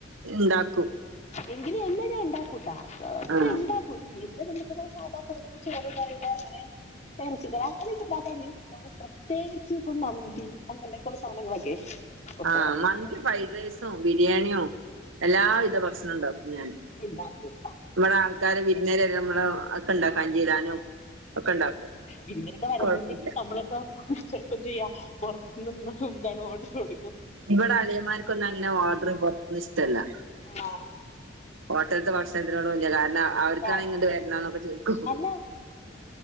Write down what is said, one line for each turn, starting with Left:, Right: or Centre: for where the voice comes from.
Right: ഉണ്ടാക്കും
Left: എങ്കില് എന്നെ ഞാൻ ഉണ്ടാക്കൂട്ടാക്ക
Right: ആഹ്
Left: ഉണ്ടാക്കൂ ഒരു ഇല്ല നമുക്ക് സാധാടുക്ക ചോറ് കറി അങ്ങനെ ഇറച്ചിക്കറി അങ്ങനെയൊക്കെ നമ്മൾ പ്രത്യേകിച്ച് ഇപ്പ മന്തി അങ്ങനൊക്കുള്ള സാധനങ്ങളൊക്കെ ഇപ്പൊ
Right: ആഹ
Left: പുറത്തുന്നൊക്കെ
Right: മന്തി ഫ്രൈഡ് റൈസോ ബിരിയാണിയോ എല്ലാവിധ ഭക്ഷണം ഉണ്ടാക്കും ഞാന്
Left: ഉണ്ടാക്കും
Right: നമ്മടെ ആൾക്കാര് വിരുന്നേര് നമ്മള് ഒക്കെ ഉണ്ടാക്കും അഞ്ചിരാനും ഒക്കെ ഉണ്ടാക്കും
Left: വിരുന്നൊക്കെ വരുമ്പോഴത്തേക്കും
Right: കുഴപ്പമില്ല
Left: നമ്മളൊക്കെ പ്പോ എന്ത് ചെയ്യ പുറത്തുനി എന്താണ് ഓഡാർ പിടിക്കു
Right: ഇവിടെ അളിയമാർക്കൊന്നും അങ്ങനെ ഓർഡർ പുറത്തന്ന ഇഷ്ടമല്ല
Left: ആണോ
Right: ഹോട്ടലത്തെ ഭക്ഷണത്തിനോട് വലിയ കാരണം അവർക്കാണ്
Left: താല്പര്യ
Right: ഇങ്ങോട്ട് വരണന്നൊക്കെ ചോദിക്കും
Left: അല്ല